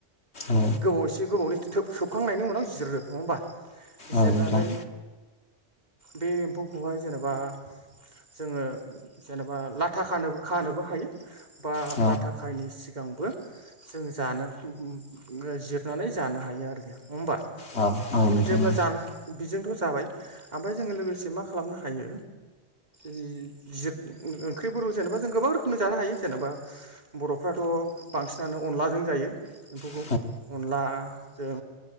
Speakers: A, on the left (about 70°); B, on the right (about 40°).
A: औ
B: गोबाव एसे गोबावनि थो थोब खांनायनि उनाव जिरो नङा होमबा? जिरनानै
A: औ नोंथां
B: बे एम्फौखौहाय जेनेबा जोङो जेनेबा लाथा खानो खानोबो हायो बा
A: औ
B: लाथा खायिनि सिगांबो जों जानो ङो जिरनानै जानो हायो आरो नड़ा होमबा?
A: औ औ नोंथां
B: जेब्ला
A: औ
B: जानो बेजों थ' जाबाय ओमफाय जोङो लोगोसे मा खालामनो हायो जि-जिर ओंख्रिफोरखौ जेनेबा जों गोबां रोखोमनि जानो हायो जेनेबा बर'फ्राथ' बांसिनानो अनलाजों जायो एम्फौखौ
A: औ
B: अनलाजों